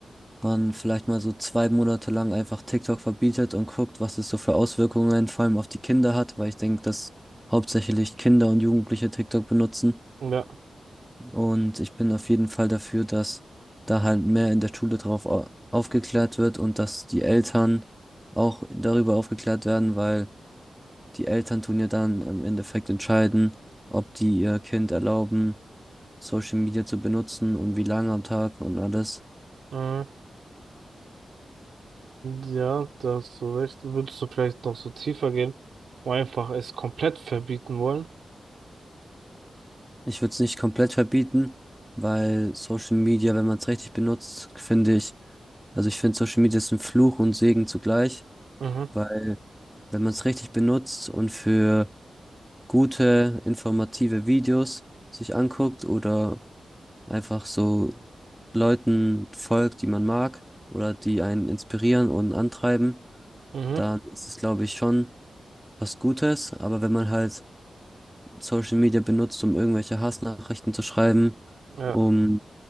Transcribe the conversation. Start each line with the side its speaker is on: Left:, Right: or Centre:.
Centre: man vielleicht mal so zwei Monate lang einfach TikTok verbietet und guckt, was es so für Auswirkungen vor allem auf die Kinder hat, weil ich denke, dass hauptsächlich Kinder und Jugendliche TikTok benutzen.
Right: Ja,
Centre: Und ich bin auf jeden Fall dafür, dass da halt mehr in der Schule drauf au- aufgeklärt wird und dass die Eltern auch darüber aufgeklärt werden, weil die Eltern tun ja dann im Endeffekt entscheiden, ob die ihr Kind erlauben, Social Media zu benutzen und wie lange am Tag und alles.
Right: mhm. Ja, da hast du recht. Würdest du vielleicht noch so tiefer gehen und einfach es komplett verbieten wollen?
Centre: Ich würde es nicht komplett verbieten, weil Social Media, wenn man es richtig benutzt, finde ich, also ich finde Social Media ist ein Fluch und Segen zugleich,
Right: Mhm,
Centre: weil wenn man es richtig benutzt und für gute, informative Videos sich anguckt oder einfach so Leuten folgt, die man mag oder die einen inspirieren und antreiben,
Right: mhm,
Centre: dann ist es, glaube ich, schon was Gutes. Aber wenn man halt Social Media benutzt, um irgendwelche Hassnachrichten zu schreiben,
Right: ja,
Centre: um